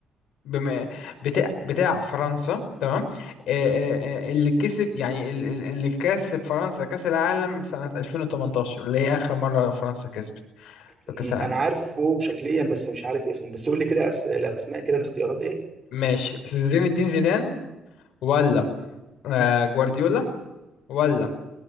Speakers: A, on the left (about 80°); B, on the right (about 35°).
A: بما بتاع بتاع فرنسا تمام آه، آه، آه، اللي كسب يعني ال- ال- اللي كسب فرنسا كأس العالم سنة 2018 اللي هي آخر مرة فرنسا كسبت في
B: م،
A: كأس العالم
B: انا عارفه شكليا بس مش عارف اسمه بس قول لي كده أس... الاسماء كده الاختيارات ايه
A: ماشي زين الدين زيدان ولا آه، جوارديولا ولا